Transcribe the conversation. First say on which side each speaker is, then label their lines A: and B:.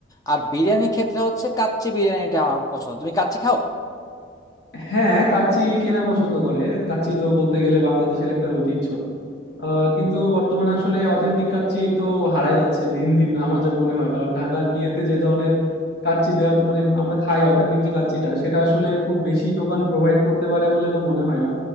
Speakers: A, on the left; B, on the left.
A: আর বিরিয়ানির ক্ষেত্রে হচ্ছে কাচ্চি বিরিয়ানিটা আমার পছন্দ তুমি কাচ্চি খাও
B: হ্যাঁ কাচ্চি কেনা পছন্দ করে কাচ্চি তো বলতে গেলে বাংলাদেশের একটা ঐতিহ্য আহ, কিন্তু বর্তমানে আসলে অথেন্টিক কাচ্চি তো হারাই যাচ্ছে দিন দিন আমার যা মনে হয় কারণ ঢাকার বিয়েতে যে ধরনের কাচ্চি দেওয়া মানে আমরা খাই অথেন্টিক যে কাচ্চিটা সেটা আসলে খুব বেশি দোকান প্রোভাইড করতে পারে বলে তো মনে হয় না